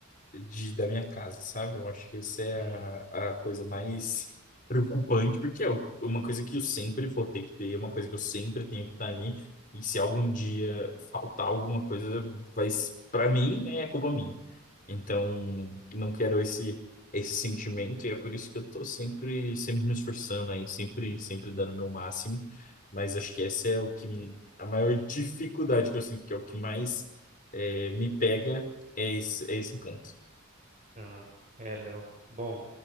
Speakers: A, on the left; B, on the right.
A: de- da minha casa, sabe? Eu acho que essa é
B: Sim.
A: a, a coisa mais preocupante, porque é o- uma coisa que eu sempre vou ter que ter, uma coisa que eu sempre tenho que estar ali, e se algum dia faltar alguma coisa, vai, para mim, né, é culpa minha. Então, não quero esse esse sentimento, e é por isso que eu tô sempre sempre me esforçando aí, sempre sempre dando o meu máximo, mas acho que essa é o que a maior dificuldade que eu sinto, que é o que mais eh, me pega é esse, é esse ponto.
B: Ah, é, Léo. Bom,